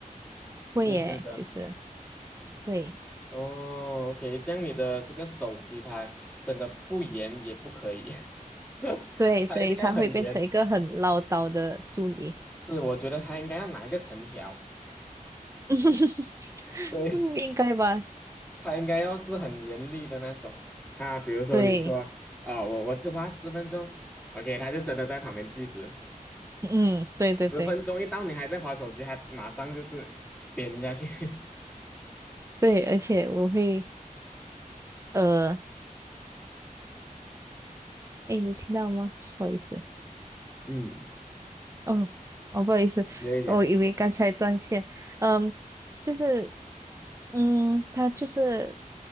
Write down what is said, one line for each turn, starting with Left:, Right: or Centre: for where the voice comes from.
Right: 会耶，
Centre: 你觉得？
Right: 其实会，
Centre: 哦，OK，这样你的这个手机它真的不严也不可以，<laughs>
Right: 对，
Centre: 它一定要很严。
Right: 所以他会变成一个很唠叨的助理，
Centre: 是，我觉得它应该要拿一个藤条，
Right: <laughs>
Centre: 对，
Right: 嗯应该吧？
Centre: 它应该要是很严厉的那种。它比如说你说，
Right: 对，
Centre: 哦，我我只花十分钟，OK，它就真的在旁边计时。
Right: 嗯，对对对
Centre: 十分钟一到，你还在划手机，还马上就是扁下去。<laughs>
Right: 对，而且我会呃。哎，你听到吗？不好意思，
Centre: 嗯，
Right: 哦，哦，不好意思，
Centre: 你会讲，
Right: 我以为刚才断线。嗯，就是，嗯，他就是